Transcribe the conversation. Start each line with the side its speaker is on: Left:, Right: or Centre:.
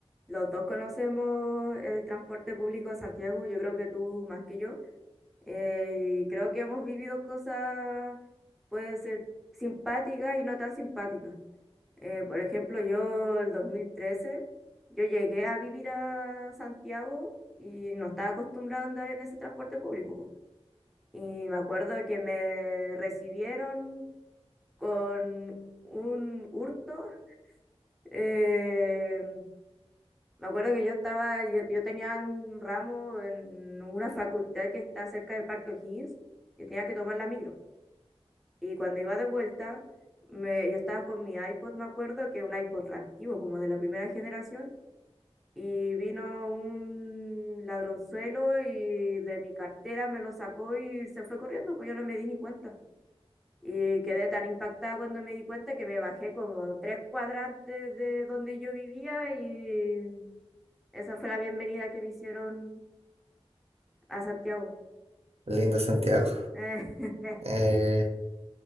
Centre: Los dos conocemos el transporte público de Santiago, yo creo que tú más que yo, eh, y creo que hemos vivido cosas, puede ser simpáticas y no tan simpáticas. Eh, por ejemplo, yo el 2013, yo llegué a vivir a Santiago y no estaba acostumbrada a andar en ese transporte público. po. Y me acuerdo que me recibieron con un hurto. eh, Me acuerdo que yo estaba, yo, yo tenía un ramo en una facultad que está cerca del Parque O'Higgins y tenía que tomar la micro. Y cuando iba de vuelta, me, yo estaba con mi iPod, me acuerdo, que es un iPod re antiguo, como de la primera generación, y vino un ladronzuelo y de mi cartera me lo sacó y se fue corriendo, pues yo no me di ni cuenta. Y quedé tan impactada cuando me di cuenta que me bajé como tres cuadrantes de donde yo vivía y esa fue la bienvenida que me hicieron a Santiago.
Right: Lindo Santiago.
Centre: <laughs>
Right: Eh,